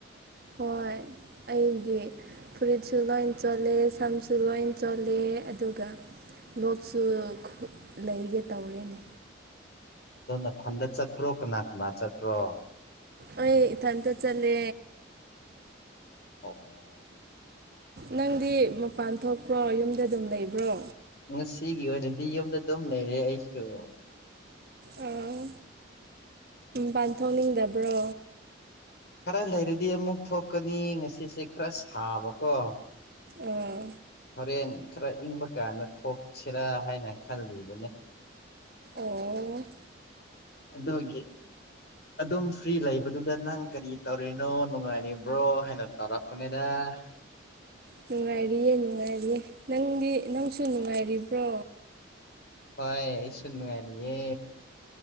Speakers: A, on the right (about 50°); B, on the left (about 55°).
A: ꯍꯣꯏ ꯑꯩꯒꯤ ꯐꯨꯔꯤꯠꯁꯨ ꯂꯣꯏ ꯆꯣꯜꯂꯦ ꯁꯝꯁꯨ ꯂꯣꯏ ꯆꯣꯜꯂꯦ ꯑꯗꯨꯒ ꯂꯣꯛꯁꯨ ꯂꯩꯒꯦ ꯇꯧꯔꯤꯅꯦ
B: ꯑꯗꯨꯗꯣ ꯅꯊꯟꯗ ꯆꯠꯇ꯭ꯔꯣ ꯀꯅꯥ ꯀꯅꯥ ꯆꯠꯇꯄ꯭ꯔꯣ
A: ꯑꯩ ꯏꯊꯟꯇ ꯆꯠꯂꯦ
B: ꯑꯣ
A: ꯅꯪꯗꯤ ꯃꯄꯥꯟ ꯊꯣꯛꯄ꯭ꯔꯣ ꯌꯨꯝꯗ ꯑꯗꯨꯝ ꯂꯩꯕ꯭ꯔꯣ
B: ꯉꯁꯤꯒꯤ ꯑꯣꯏꯅꯗꯤ ꯌꯨꯝꯗ ꯑꯗꯨꯝ ꯂꯩꯔꯦ ꯑꯩꯁꯨ
A: ꯑꯥ ꯄꯥꯟꯊꯣꯛꯅꯤꯡꯗꯕ꯭ꯔꯣ
B: ꯈꯔ ꯂꯩꯔꯗꯤ ꯑꯃꯨꯛ ꯊꯣꯛꯀꯅꯤ ꯉꯁꯤꯁꯦ ꯈꯔ ꯁꯥꯕꯀꯣ
A: ꯑꯥ
B: ꯍꯣꯔꯦꯟ ꯈꯔ ꯏꯪꯕ ꯀꯥꯟꯗ ꯊꯣꯛꯁꯤꯔꯥ ꯍꯥꯏꯅ ꯈꯜꯂꯤꯕꯅꯤ
A: ꯑꯣ
B: ꯑꯗꯨꯒꯤ ꯑꯗꯨꯝ ꯐ꯭ꯔꯤ ꯂꯩꯕꯗꯨꯗ ꯅꯪ ꯀꯔꯤ ꯇꯧꯔꯤꯅꯣ ꯅꯨꯡꯉꯥꯏꯔꯤꯕ꯭ꯔꯣ ꯍꯥꯏꯅ ꯇꯧꯔꯛꯄꯅꯤꯗ ꯑ
A: ꯅꯨꯡꯉꯥꯏꯔꯤꯌꯦ ꯅꯨꯡꯉꯥꯏꯔꯤꯌꯦ ꯅꯪꯒꯤ ꯅꯪꯁꯨ ꯅꯨꯡꯉꯥꯏꯔꯤꯕ꯭ꯔꯣ
B: ꯍꯣꯏ ꯑꯩꯁꯨ ꯅꯨꯡ ꯉꯥꯏꯔꯤꯌꯦ